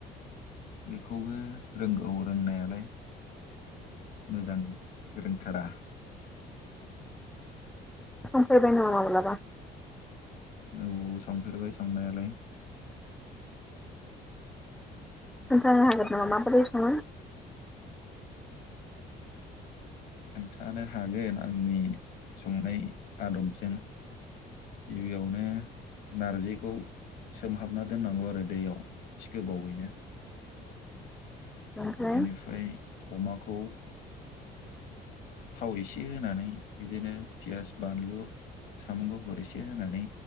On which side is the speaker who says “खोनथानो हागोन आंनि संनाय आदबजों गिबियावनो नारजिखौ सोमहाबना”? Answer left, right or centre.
Left